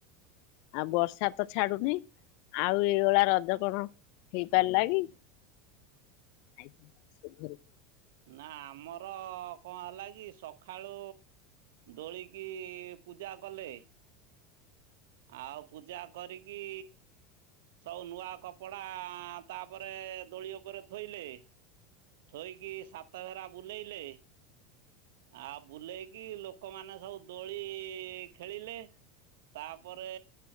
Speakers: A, on the left; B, on the right.
A: ଆଉ ବର୍ଷା ତ ଛାଡୁନି। ଆଉ ଏଇ ଭଳିଆ ରଜ କଣ ହେଇପାରିଲା କି। ଆଇଚି ସବୁ ଘରକୁ।
B: ନା ଆମର କଣ ହେଲା କି ସଖାଳୁ। ଦୋଳିକି ପୂଜା କଲେ। ଆଉ ପୂଜା କରିକି। ସବୁ ନୂଆ କପଡ଼ା ତାପରେ ଦୋଳି ଉପରେ ଥୋଇଲେ। ଥୋଇକି ସାତ ଭେରା ବୁଲେଇଲେ ଆ ବୁଲେଇ କି ଲୋକମାନେ ସବୁ ଦୋଳି ଖେଳିଲେ। ତାପରେ